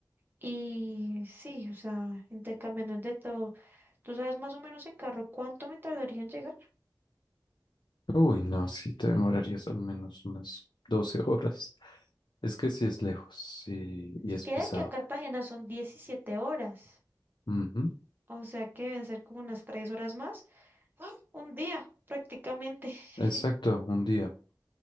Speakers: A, on the right; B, on the left.
A: y sí, o sea, intercambiando de todo. ¿Tú sabes más o menos en carro cuánto me tardaría en llegar?
B: Uy, no, sí, te demorarías al menos unas 12 <laughs> horas. Es que sí es lejos y, y
A: Es
B: es
A: que
B: pesado.
A: de aquí a Cartagena son 17 horas,
B: Ujú.
A: o sea que deben ser como unas 3 horas más. ¡Ah! Un día, prácticamente. <laughs>
B: Exacto, un día. O